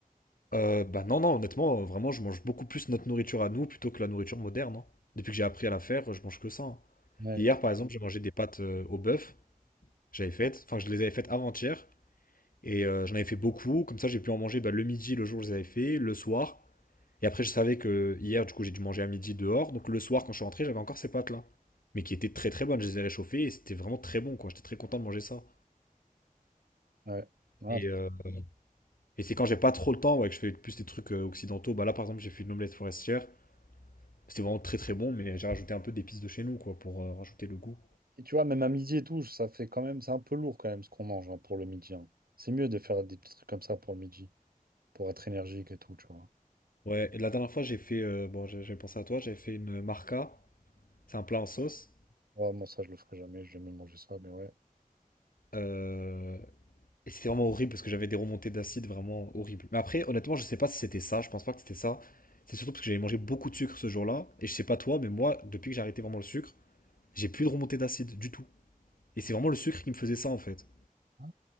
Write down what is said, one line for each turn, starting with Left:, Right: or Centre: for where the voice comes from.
Left: Euh, bah non, non, honnêtement, euh, vraiment, je mange beaucoup plus notre nourriture à nous plutôt que la nourriture moderne. hein. Depuis que j'ai appris à la faire, je mange que ça. hein.
Right: Ouais.
Left: Hier, par exemple, j'ai mangé des pâtes euh, au bœuf. J'avais faites, enfin, je les avais faites avant-hier. Et euh, j'en avais fait beaucoup. Comme ça, j'ai pu en manger bah, le midi, le jour où je les avais fait, le soir. Et après, je savais que hier, du coup, j'ai dû manger à midi dehors. Donc le soir, quand je suis rentré, j'avais encore ces pâtes-là. Mais qui étaient très très bonnes. Je les ai réchauffées et c'était vraiment très bon, quoi. J'étais très content de manger ça.
Right: Ouais. Ouais.
Left: Et euh, Et c'est quand j'ai pas trop le temps, ouais, que je fais plus des trucs euh, occidentaux. Bah là, par exemple, j'ai fait une omelette forestière. C'était vraiment très très bon, mais j'ai rajouté un peu d'épices de chez nous, quoi, pour euh, rajouter le goût.
Right: Et tu vois, même à midi et tout, ça fait quand même, c'est un peu lourd quand même ce qu'on mange hein, pour le midi. hein. C'est mieux de faire des petits trucs comme ça pour le midi, pour être énergique et tout, tu vois.
Left: Ouais, et la dernière fois, j'ai fait, euh, bon, j'ai j'ai pensé à toi, j'avais fait une marca. C'est un plat en sauce.
Right: Ouais, moi, ça, je le ferai jamais, j'ai jamais mangé ça, mais ouais.
Left: Euh, et c'était vraiment horrible parce que j'avais des remontées d'acide vraiment horribles. Mais après, honnêtement, je sais pas si c'était ça. Je pense pas que c'était ça. C'est surtout parce que j'avais mangé beaucoup de sucre ce jour-là. Et je sais pas toi, mais moi, depuis que j'ai arrêté vraiment le sucre, j'ai plus de remontées d'acide du tout. Et c'est vraiment le sucre qui me faisait ça, en fait.
Right: Ah.